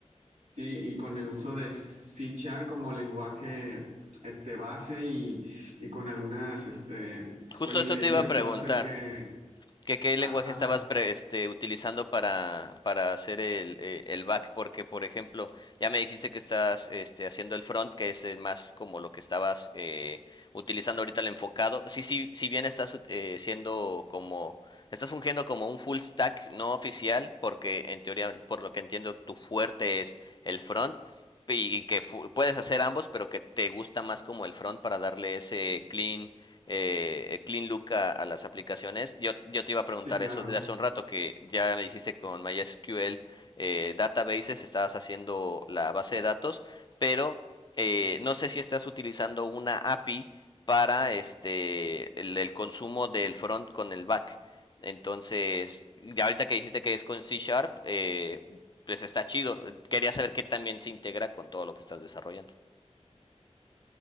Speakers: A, on the right; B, on the left.
A: sí, y con el uso de C como lenguaje este, base y, y con algunas este,
B: Justo
A: pues, librerías
B: eso te iba a preguntar.
A: puedo hacer que.
B: ¿Qué, qué lenguaje
A: ah, ajá,
B: estabas pre- este, utilizando para, para hacer el, eh, el back? Porque, por ejemplo, ya me dijiste que estás este, haciendo el front, que es eh, más como lo que estabas eh, utilizando ahorita el enfocado. Sí, sí, si bien estás ut- eh, siendo como, estás fungiendo como un full stack no oficial, porque en teoría, por lo que entiendo, tu fuerte es el front y que fu- puedes hacer ambos, pero que te gusta más como el front para darle ese clean eh, Clean Look a, a las aplicaciones. Yo, yo te iba a preguntar
A: sí, claro.
B: eso desde hace un rato, que ya me dijiste que con MySQL eh, Databases estabas haciendo la base de datos, pero eh, no sé si estás utilizando una API para este el, el consumo del front con el back. Entonces, ya ahorita que dijiste que es con C Sharp, eh, pues está chido. Quería saber qué también se integra con todo lo que estás desarrollando.